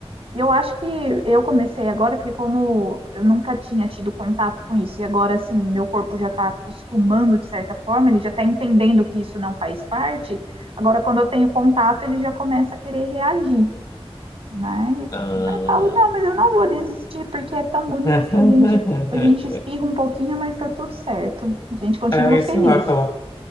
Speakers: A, on the right; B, on the left.
A: Eu acho que eu comecei agora, porque como eu nunca tinha tido contato com isso, e agora, assim, meu corpo já tá acostumando de certa forma, ele já tá entendendo que isso não faz parte, agora quando eu tenho contato, ele já começa a querer reagir. Mas
B: Ah.
A: vai falo, não, mas eu não vou desistir porque é tão
B: <laughs>
A: bonito, a gente a gente espirra um pouquinho, mas tá tudo certo. A gente continua
B: É,
A: feliz,
B: sei lá, colo-